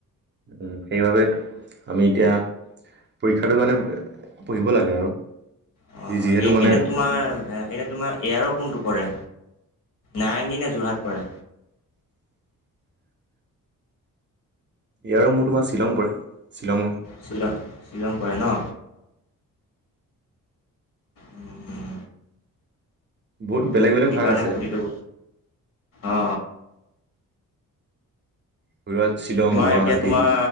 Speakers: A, on the right; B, on the left.
A: উ সেইবাবে আমি এতিয়া পৰীক্ষাটোৰ কাৰণে পঢ়িব লাগে আৰু
B: অ
A: যিহেতু
B: এ
A: মানে
B: এনে তোমাৰ এনে তোমাৰ এয়াৰো কোনটো কৰে, নাৰেংগীনে যোৰহাট পৰে?
A: <inaudible> ইয়াৰ মোৰ তোমাৰ শ্বিলং পৰে শ্বিলং
B: শ্বিলং শ্বিলং কৰে ন উম উম।
A: বহুত
B: ত
A: বেলেগ বেলেগ
B: সেইকাৰণে
A: ভাগ আছে
B: সুধিলো অ।
A: ধৰি লোৱা শ্বিলং
B: তোমাৰ
A: গুৱাহাটী
B: এতিয়া তোমাৰ